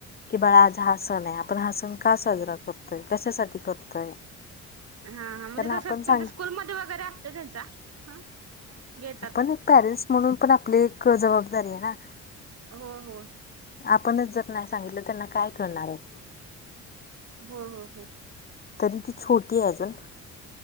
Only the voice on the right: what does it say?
हा हा
तसेच
स्कूलमध्ये वगैरे असते त्यांच्या हा गेटअप.
हो हो
हो हो हो.